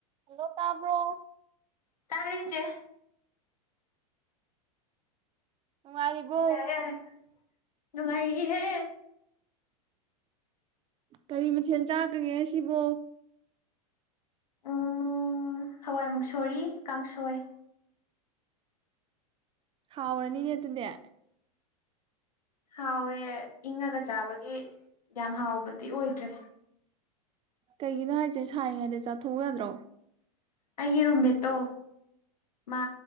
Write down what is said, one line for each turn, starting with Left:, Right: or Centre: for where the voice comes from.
Right: hello ꯇꯕ꯭ꯣꯔ
Left: ꯇꯔꯦ ꯆꯦ
Right: ꯅꯨꯡꯉꯥꯏꯔꯤꯕꯣ
Left: ꯌꯥꯔꯦ ꯌꯥꯔꯦ ꯅꯨꯡꯉꯥꯏꯔꯤꯍꯦ
Right: ꯀꯔꯤ ꯃꯊꯦꯜ ꯆꯥꯈꯒꯦ ꯉꯁꯤꯕꯨ
Left: ꯎꯝ ꯍꯋꯥꯏ ꯃꯨꯛꯁꯣꯔꯤ ꯀꯥꯡꯁꯣꯏ
Right: ꯍꯥꯎꯔꯅꯤꯅꯦ ꯑꯗꯨꯗꯤ
Left: ꯍꯥꯎꯋꯦ ꯏꯪꯉꯒ ꯆꯥꯕꯒꯤ ꯌꯥꯝ ꯍꯥꯎꯕꯗꯤ ꯑꯣꯏꯗ꯭ꯔꯦ
Right: ꯀꯩꯒꯤꯅꯣ ꯍꯥꯏꯁꯦ ꯁꯥꯔꯤꯉꯩꯗ ꯆꯥꯊꯣꯛꯎ ꯌꯥꯗ꯭ꯔꯣ
Left: ꯑꯩꯒꯤ ꯔꯨꯝꯃꯦꯠꯇꯣ ꯃꯥ